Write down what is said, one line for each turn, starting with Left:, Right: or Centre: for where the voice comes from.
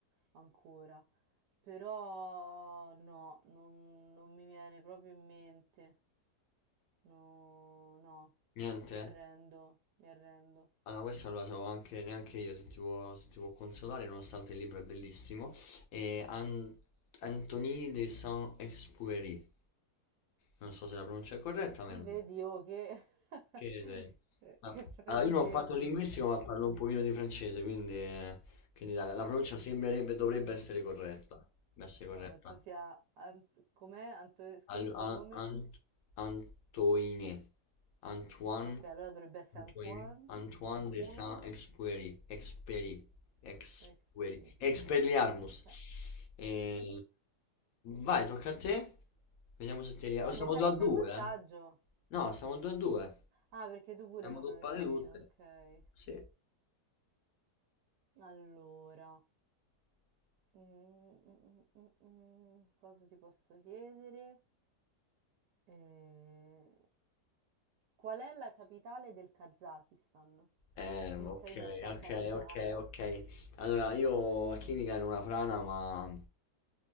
Right: ancora, però no, non, non mi viene proprio in mente, no, no,
Left: Niente?
Right: mi arrendo, mi arrendo.
Left: Allora, questa non la so anche, neanche io, se ti può, se ti può consolare, nonostante il libro è bellissimo. E An- Anthony de Saint-Exupéry. Non so se la pronuncia è corretta, ma è lui.
Right: Vedi, oh, che,
Left: Che
Right: <laughs>
Left: sei? Ma-
Right: che francese.
Left: Allora, io non ho fatto il linguistico, ma parlo un pochino di francese, quindi, eh, quindi la, la pronuncia sembrerebbe, dovrebbe essere corretta. Dovrebbe essere corretta.
Right: No, penso sia... Ant- com'è? Anto- scritto
Left: Al- a-
Right: come?
Left: Ant- Antoine. Antoine.
Right: Ok, allora dovrebbe essere
Left: Antoine.
Right: Antoine.
Left: Antoine
Right: Antoine
Left: de Saint-Exupéry. Exupéry. Exupéry.
Right: Expedi.
Left: Expelliarmus.
Right: Sa-
Left: Eh, vai, tocca a te. Vediamo se ti riesco.
Right: Eh,
Left: Oh, siamo
Right: mi sa
Left: 2
Right: che
Left: a
Right: sei
Left: 2,
Right: in vantaggio.
Left: eh? No, siamo 2 a 2.
Right: Ah, perché tu pure
Left: Siamo
Right: non
Left: doppate
Right: avevi...
Left: tutte.
Right: Ok.
Left: Sì.
Right: Allora... Mm, mm, mm, mm, mm, cosa ti posso chiedere? Eh, Qual è la capitale del Kazakistan?
Left: Eh,
Right: Come
Left: ok,
Right: stai messo
Left: ok,
Right: a capitali?
Left: ok, ok. Allora, io a chimica ero una frana, ma,